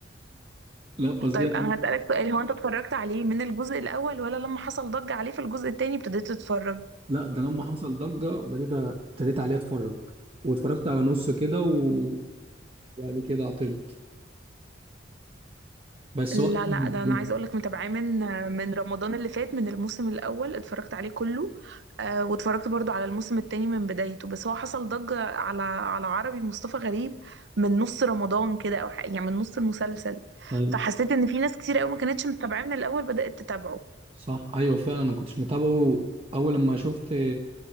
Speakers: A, on the right; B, on the right.
A: لا فظيع
B: طيب انا هسألك سؤال هو انت اتفرجت عليه من الجزء الاول ولا لما حصل ضجة عليه في الجزء التاني ابتديت تتفرج
A: لا ده لما حصل ضجه بديت ابتديت عليه اتفرج واتفرجت على نص كده و- وبعد كده عطلت بس
B: لا
A: هو عجبني
B: لا
A: بصراحة.
B: ده انا عايزه اقول لك متابعاه من من رمضان اللي فات من الموسم الاول اتفرجت عليه كله آه واتفرجت برضو على الموسم التاني من بدايته بس هو حصل ضجه على على عربي مصطفى غريب من نص رمضان كده او حاجة- يعني من نص المسلسل
A: ايوه
B: فحسيت ان في ناس كتير قوي ما كانتش متابعاه من الاول بدات تتابعه
A: صح ايوه فعلا انا ما كنتش متابعه اول لما شفت